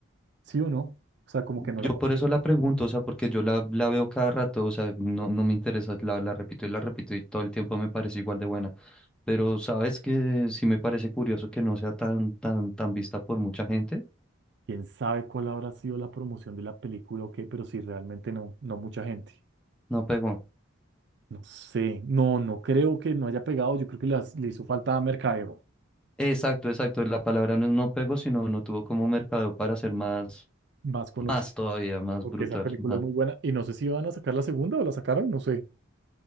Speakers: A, on the right (about 55°); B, in the centre.
A: ¿sí o no? O sea, como
B: Yo
A: que no la conoce.
B: por eso la pregunto, o sea, porque yo la, la veo cada rato, o sea, no, no me interesa, la, la repito y la repito y todo el tiempo me parece igual de buena. Pero sabes que sí me parece curioso que no sea tan, tan, tan vista por mucha gente.
A: Quién sabe cuál habrá sido la promoción de la película o qué, pero sí, realmente no, no mucha gente.
B: No pegó.
A: No sé, no, no creo que no haya pegado. Yo creo que las- le hizo falta a mercadeo
B: Exacto, exacto. La palabra no no pegó, sino no tuvo como mercado para ser más,
A: más conocido,
B: más todavía, más
A: porque
B: brutal.
A: esa película
B: más-
A: es muy buena. Y no sé si van a sacar la segunda o la sacaron, no sé.